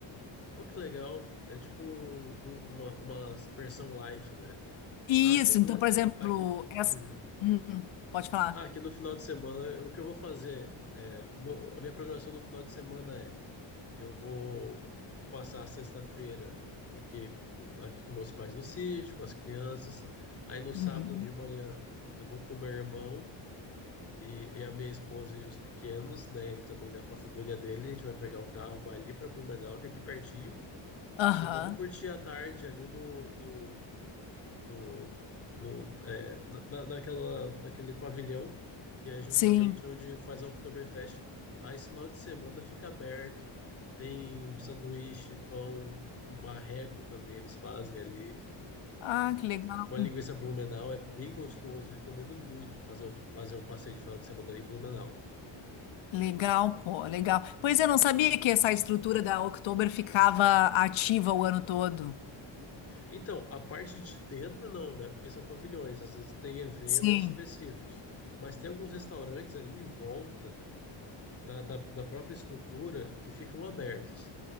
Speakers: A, on the left (about 30°); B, on the left (about 70°).
A: Olha que legal, é tipo um- um- uma, uma versão light, né?
B: Isso,
A: Ah, quando
B: então, por exemplo,
A: aqui,
B: essa...
A: Uhum.
B: Hum, pode falar.
A: Ah, aqui no final de semana, o que eu vou fazer? É, o meu- a minha programação no final de semana é, eu vou passar a sexta-feira aqui, com- aqui com meus pais no sítio, com as crianças. Aí no sábado
B: Uhum.
A: de manhã eu vou com meu irmão E, e a minha esposa e os pequenos, né? Ele também tá com a família dele. A gente vai pegar o carro, vai ali pra Blumenau, que é aqui pertinho.
B: Aham,
A: E vamos curtir a tarde ali no, no, no, no- é, na, naquela, naquele pavilhão, que é justamente
B: Sim.
A: onde faz a Oktoberfest. Aí esse final de semana fica aberto. Tem sanduíche, pão, marreco também eles fazem ali.
B: Ah, que legal.
A: Uma linguiça Blumenau é bem gostoso. Recomendo muito fazer, um- fazer um passeio de final de semana ali em Blumenau.
B: Legal, pô, legal. Pois eu não sabia que essa estrutura da Oktober ficava ativa o ano todo.
A: Então, a parte de dentro não, né? Porque são pavilhões, às vezes tem eventos
B: Sim.
A: específicos, mas tem alguns restaurantes ali em volta da, da, da própria estrutura que ficam abertos.